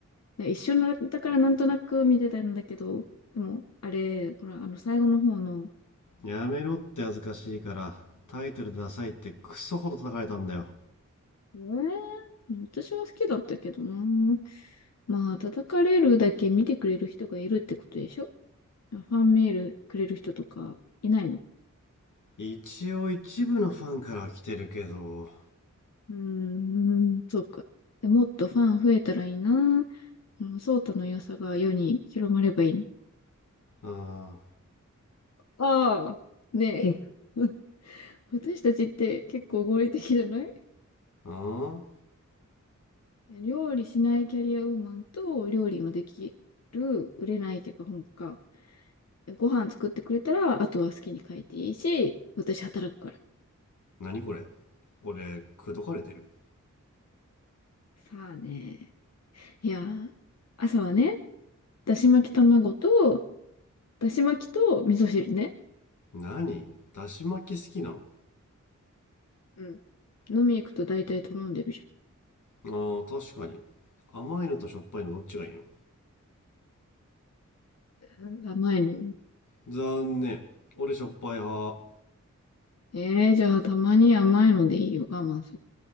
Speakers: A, on the left; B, on the left.
A: 一緒なだからなんとなく見てたんだけど、でも、あれ、ほら、あの、最後の方の、
B: やめろって恥ずかしいから、タイトルダサいってクソほど叩かれたんだよ。
A: えー、私は好きだったけどな。まあ、叩かれるだけ見てくれる人がいるってことでしょファンメールくれる人とかいないの
B: 一応一部のファンから来てるけど。
A: うーん、そうか。でもっとファン増えたらいいな。うん、ソータの良さが世に広まればいいな。
B: あー、
A: ああ、ねえ。うん私たちって結構合理的じゃない
B: あー
A: 料理しないキャリアウーマンと料理のできる売れない脚本家。ご飯作ってくれたら、あとは好きに書いていいし、私働くから。
B: 何これ俺、くどかれてる
A: さあね。いやー、朝はね、だし巻き卵と、だし巻きと味噌汁ね。
B: 何だし巻き好きなの
A: うん。飲み行くと大体頼んでるじ
B: あー確かに甘いのとしょっぱいのどっちがいいの
A: ゃん。甘いの。
B: 残念俺しょっぱい派我
A: えー、じゃあたまに甘いのでいいよ。我慢する。